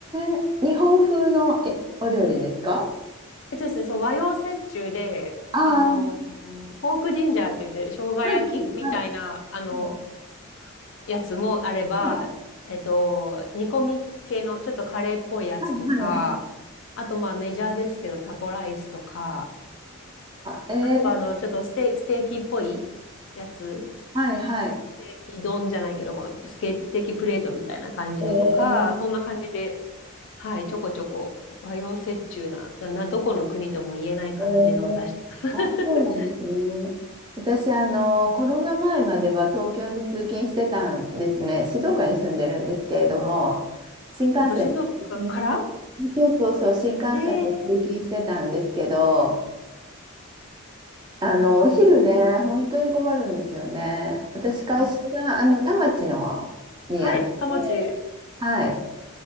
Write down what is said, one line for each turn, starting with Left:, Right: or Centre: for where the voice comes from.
Right: ええ日本風のえお料理ですか
Left: えっとですね、そう、和洋折衷で、
Right: ああー、
Left: あの、ポークジンジャーって言って、生姜焼きみたいな、
Right: はい、はい、は
Left: あの、
Right: い、はい、
Left: やつもあれば、
Right: はい、
Left: えっと、煮込み系の、ちょっとカレーっぽいやつとか、
Right: はい、はい。は
Left: あと、まあ、メジャーですけど、タコライスとか、
Right: あー。
Left: あとは、
Right: ええ
Left: あの、ちょっとステ、ステーキっぽいやつ、ス
Right: はい、はい。
Left: テーキ丼じゃないけど、こうスケ、ステーキプレートみたいな感じのとか、
Right: ええ
Left: そんな感じで、はい、ちょこちょこ和洋折衷な、な、などこの国とも言えない感じのを出してます。
Right: えー、
Left: <laughs>
Right: あ、そうなんですね。私、あの、コロナ前までは東京に通勤してたんですね。静岡に住んでるんですけれども、新幹線で通勤、
Left: えっと、静岡から
Right: そうそうそう、新幹線で通勤してたんですけど、
Left: ええー
Right: あの、お昼ね、
Left: そうなんだ
Right: 本当に困るんですよね。私、会社が、
Left: あ、
Right: あの、田町の、にあって、
Left: はい、田町、
Right: はい。